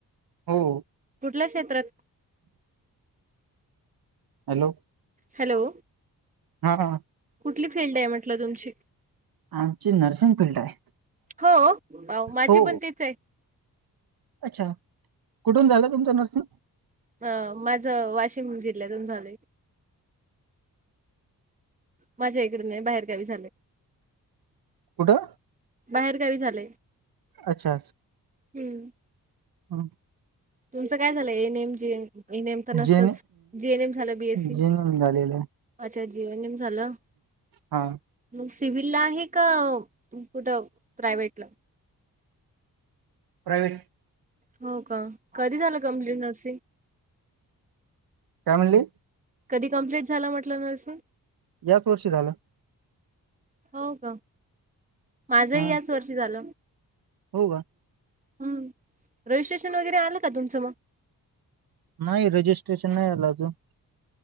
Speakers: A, on the right; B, on the right.
A: हो.
B: कुठल्या क्षेत्रात
A: हॅलो.
B: हॅलो.
A: हा.
B: कुठली फिल्ड आहे म्हटलं तुमची?
A: आमची नर्सिंग फिल्ड आहे.
B: हो माझी
A: हो
B: पण तीच आहे.
A: अच्छा, कुठून झालं तुमचं नर्सिंग?
B: अ माझं वाशिम जिल्ह्यातून झालंय. माझ्या इकड नाही, बाहेरगावी झालंय.
A: कुठं?
B: बाहेर गावी झालय.
A: अच्छा.
B: हम्म.
A: हो
B: तुमचं काय झालं एनएम जीए, एनएम तर नसतच,
A: जेन
B: जीएनएम झालं बीएससी.
A: जेन झालेलं आहे
B: अच्छा जेनीन झालं
A: हा
B: मग सिव्हिलला आहे का, कुठं प्रायव्टला?
A: प्रायवेट?
B: हो का कधी झालं कमप्लीट नर्सिंग
A: काय म्हणली
B: कधी कंप्लीट झाला म्हटलं नर्सिंग
A: याच वर्षी झालं
B: हाव का माझही
A: हा
B: याच वर्षी झालं
A: हो का
B: हम् रजिस्ट्रेशन वगैरे आलं का तुमचं मग
A: नाही रजिस्ट्रेशन नाही आल अजून